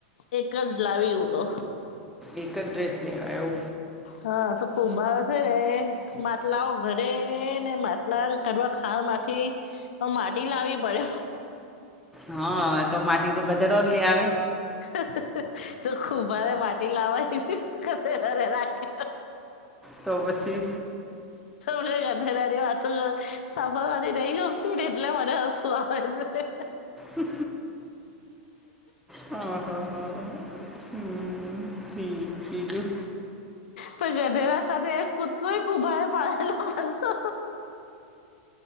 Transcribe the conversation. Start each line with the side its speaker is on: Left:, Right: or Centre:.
Left: એક જ લાવી હુ તો
Centre: એક ડ્રેસ લેવાયો
Left: હા તો કુંભાર છે ને માટલાઓ ઘરે ને માટલા કરવાઢ ખાવા માંથી તો માટી લાવવી પડે
Centre: હા તો માટી તો ગધેડા લ ઈઆવે
Left: હા તો ખૂબવાારે માટી લવાય હતીતેરે રાખે
Centre: તો પછી
Left: મને ગધેરાની વાતો સાંભળવાની નહીં ગમતી ને એટલે મને હસું આવે છે.
Centre: હ હા હા હા હા હ ઠીકીજ
Left: તો ગધેર તો કુચય ક ઉભાડ પાડલા મસો